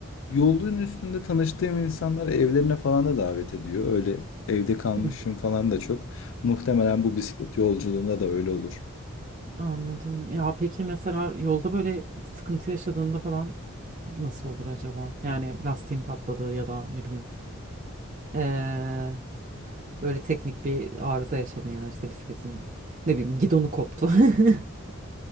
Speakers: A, on the left; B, on the right.
A: yolun üstünde tanıştığım insanlar evlerine falan da davet ediyor. Öyle evde kalmışım
B: hı.
A: falan da çok. Muhtemelen bu bisiklet yolculuğunda da öyle olur.
B: Anladım. Ya peki mesela yolda böyle sıkıntı yaşadığında falan nasıl olur acaba? Yani lastiğin patladı ya da ne bileyim eee, böyle teknik bir arıza yaşadın yani işte bisikletin ne bileyim gidonu koptu. <laughs>